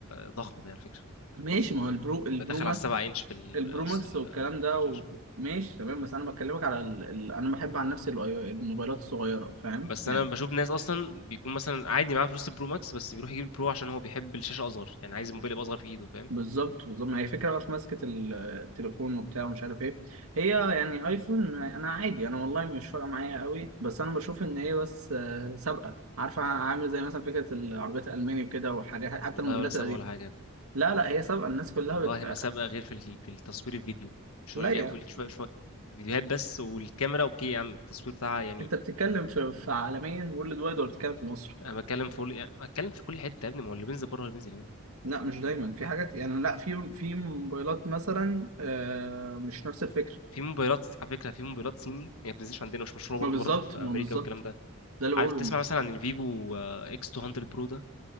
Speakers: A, on the left; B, on the right.
A: ضخم يعني على فكره
B: ماشي
A: ضخم
B: ما
A: يعني
B: هو البرو البرو
A: بدخل
B: ماك
A: على السبعة انش في ال-
B: البرو ماكس والكلام ده
A: الشاشه
B: و... ماشي تمام بس انا بكلمك على ال... ال... انا بحب عن نفسي ال- الموبايلات الصغيره فاهم
A: بس
B: يعني
A: انا بشوف ناس اصلا بيكون مثلا عادي معاه فلوس البرو ماكس بس بيروح يجيب البرو عشان هو بيحب الشاشه اصغر يعني عايز الموبايل يبقى اصغر في ايده فاهم
B: بالظبط بالظبط ما هي فكرة بقى في ماسكة ال- التليفون وبتاع ومش عارف ايه هي يعني ايفون انا عادي انا والله مش فارقة معايا قوي بس انا بشوف ان هي بس آه، سابقة عارفة عامل زي مثلا فكرة العربيات الالماني وكده وحاجات حتى
A: والله
B: الموديلات
A: ولا سابقه
B: القديمة
A: ولا حاجه
B: لا لا هي سابقة الناس كلها
A: والله
B: بت...
A: ما سابقه غير في ال- في التصوير الفيديو مش
B: لا
A: هو يعني
B: يا
A: بقول شويه شويه فيديوهات بس والكاميرا اوكي يا عم التصوير بتاعها يعني
B: انت بتتكلم في, في عالميا وورلد وايد ولا بتتكلم في مصر
A: انا بتكلم في يعني اتكلم في كل حته يا ابني ما هو اللي بينزل بره اللي بينزل هنا
B: لا مش دايما في حاجات يعني لا في في موبايلات مثلا آه، مش نفس الفكرة
A: في موبايلات على فكره في موبايلات صيني هي ما بتنزلش عندنا مش مشهوره
B: ما
A: برضه
B: بالظبط
A: بره في امريكا
B: ما بالظبط
A: والكلام ده
B: ده اللي بقوله
A: عارف تسمع مثلا عن الفيفو اكس 200 برو ده